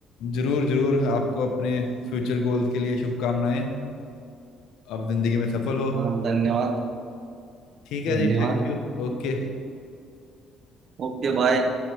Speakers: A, on the left; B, on the right.
A: जरूर जरूर आपको अपने फ्यूचर गोल्स के लिए शुभकामनाएं आप जिंदगी में सफल हो
B: हाँ धन्यवाद
A: ठीक है
B: धन्यवाद
A: जी थैंक यू ओके
B: Okay bye